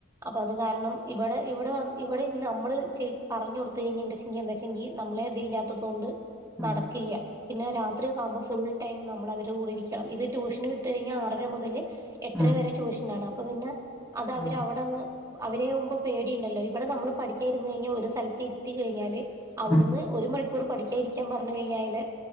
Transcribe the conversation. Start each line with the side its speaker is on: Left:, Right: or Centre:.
Right: അപ്പൊ അത് കാരണം ഇവിടെ ഇവിടെ വന്ന് ഇവിടെ ഇന്ന് നമ്മൾ ച പറഞ്ഞഞ് കൊടുത്ത കഴിഞ്ഞുണ്ടെച്ചെങ്കിൽന്താ വച്ചെങ്കിൽ നമ്മളെ അതി ഇല്ലാത്തതുകൊണ്ട്
Centre: ഉം ഉം
Right: നടക്കില്ല പിന്നെ രാത്രിയക്കവുമ്പോ ഫുൾ ടൈം നമ്മള അവരെ കൂടെയിരിക്കണം ഇത് ട്യൂഷന് വിട്ട് കഴിഞ്ഞൽ ആറര മുതൽ എട്ടര
Centre: ഉം ഉം
Right: വരെ ട്യൂഷ ന്ന അപ്പപിന്നെ അത് അവര്
Centre: ഉം
Right: അവിടങ്ങ് അവരെയാപ്പം പേടിയുണ്ടല്ലോ ഇവിടെ നമ്മൾ പഠിക്കാരുന്നു കഴിഞ്ഞാൽ ഒരു സ്ഥലത്ത് ഇരുത്തി കഴിഞ്ഞാല് അവിടുന്ന്
Centre: ഉം ഉം
Right: ഒരു മണ പ്പൂറ് പഠിക്കാ ഇരിക്കാൻ പറഞ്ഞു കഴിഞ്ഞാല്